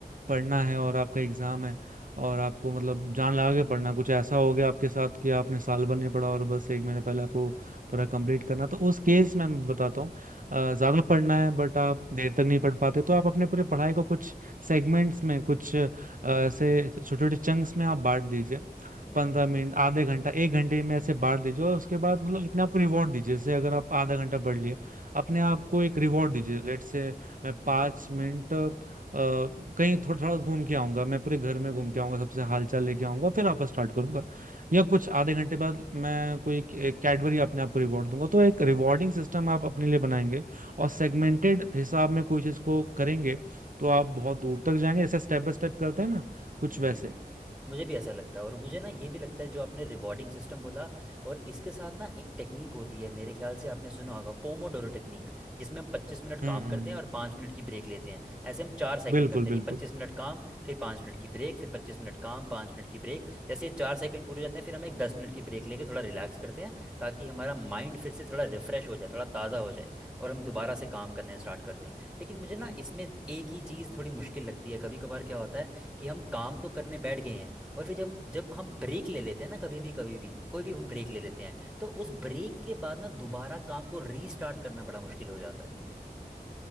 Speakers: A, on the right; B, in the centre.
A: पढ़ना है और आपका एग्ज़ाम है और आपको मतलब जान लगा के पढ़ना कुछ ऐसा हो गया आपके साथ कि आपने साल भर नहीं पढ़ा और बस एक महीने पहले आपको पूरा कंप्लीट करना तो उस केस में मैं बताता हूँ अ, ज़्यादा पढ़ना है बट आप देर तक नहीं पढ़ पाते तो आप अपने पूरे पढ़ाई को कुछ सेगमेंट्स में कुछ अ, ऐसे
B: हम्म
A: छोटे छोटे चंक्स में आप बांट दीजिए
B: हम्म
A: पंद्रह मिनट आधे घंटा एक घंटे में ऐसे बांट दीजिए और उसके बाद मतलब अपने आप को रिवॉर्ड दीजिए जैसे अगर आप आधा घंटा पढ़ लिए अपने आप को एक
B: हम्म
A: रिवॉर्ड दीजिए लेट से मैं पाँच मिनट अ, कहीं थोड़ा थोड़ा घूम के आऊंगा मैं पूरे घर में घूम के आऊंगा सबसे हालचाल लेके आऊंगा फिर वापस स्टार्ट करूंगा या कुछ आधे घंटे बाद मैं कोई कैडबरी अपने आप को रिवॉर्ड दूंगा तो एक रिवॉर्डिंग
B: हम्म,
A: सिस्टम आप अपने लिए बनाएंगे और सेगमेंटेड हिसाब में कोई चीज को करेंगे तो आप बहुत दूर तक जाएंगे जैसे स्टेप बाय स्टेप करते हैं ना कुछ
B: हम्म
A: वैसे
B: मुझे भी ऐसा लगता है और मुझे ना ये भी लगता है जो आपने रिवॉर्डिंग सिस्टम बोला और इसके साथ ना एक टेक्निक होती है मेरे ख्याल से आपने सुना होगा पोमोडोरो टेक्निक जिसमें हम पच्चीस मिनट
A: हम्म
B: काम करते हैं और पाँच मिनट की ब्रेक लेते हैं ऐसे हम चार साइकिल
A: बिल्कुल
B: करते हैं कि
A: बिल्कुल
B: पच्चीस मिनट काम फिर पाँच मिनट की ब्रेक फिर पच्चीस मिनट काम पाँच मिनट की ब्रेक जैसे ये चार साइकिल पूरे हो जाते हैं फिर हम एक दस मिनट की ब्रेक लेके थोड़ा रिलैक्स करते हैं ताकि हमारा माइंड फिर से थोड़ा रिफ्रेश हो जाए थोड़ा ताज़ा हो जाए और हम दोबारा से काम करने स्टार्ट करते हैं लेकिन मुझे ना इसमें एक ही चीज़ थोड़ी मुश्किल लगती है कभी कभार क्या होता है कि हम काम तो करने बैठ गए हैं और फिर जब जब हम ब्रेक ले लेते हैं ना कभी भी कभी भी कोई भी हम ब्रेक ले लेते हैं तो उस ब्रेक के बाद ना दोबारा काम को रीस्टार्ट करना बड़ा मुश्किल हो जाता है